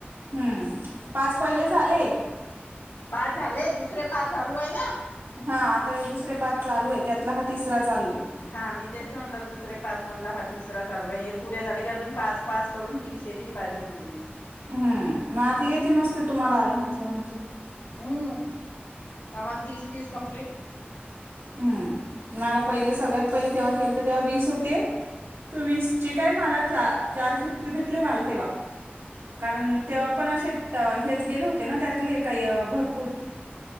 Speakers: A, on the right; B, on the left.
A: हम्म पाच पहिले झाले.
B: पाच झाले दुसरे पाच झालू आहे ना
A: हा आता हे दुसरे पाच चालू आहे त्यातला ह तिसरा चालू आहे
B: हा मी तेच त म्हणटलं दुसरे पाच म्हणला हा तिसरा चालू आहे हे पुरे झाले की अजून पाच पाच करून तीनशे तीन पाहिजे तुले बी
A: हम् मग आता येेते नसत तुम्हाला आले म लं म्हणजे
B: हम्म आम्हाला तीस तीस कंम्प
A: हम्म मला पहिले सगळ्यात पहिले तेव्हा केलंत तेव्हा वीस होते आता वीस जे काय मला च चारशे रू भेटले माला तेव्हा कारण तेव्हा पण असे हेच गेले होते ना त्यातले काही भरपूर